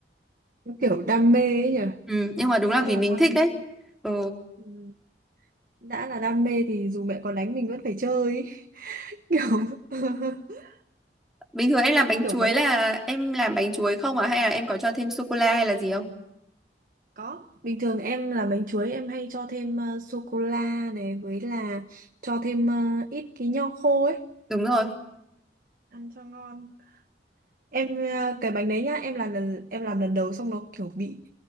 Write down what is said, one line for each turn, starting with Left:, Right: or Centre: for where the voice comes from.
Right: cái kiểu đam mê ấy nhỉ
Centre: ừ, nhưng mà đúng là
Right: đã là
Centre: vì mình
Right: đam
Centre: thích đấy
Right: mê
Centre: ừ.
Right: ừ. đã là đam mê thì dù mẹ có đánh mình vẫn phải chơi ấy. <laughs> kiểu <laughs>
Centre: bình thường em làm bánh
Right: kiểu
Centre: chuối
Right: mấy lần
Centre: là em làm bánh chuối không à hay là em có cho thêm sô cô la hay là gì không
Right: có bình thường em làm bánh chuối em hay cho thêm sô cô la này với là cho thêm ờ, ít cái nho khô ấy
Centre: đúng rồi
Right: ăn cho ngon em ờ, cái bánh đấy nhá em làm lần em làm lần đầu xong nó kiểu bị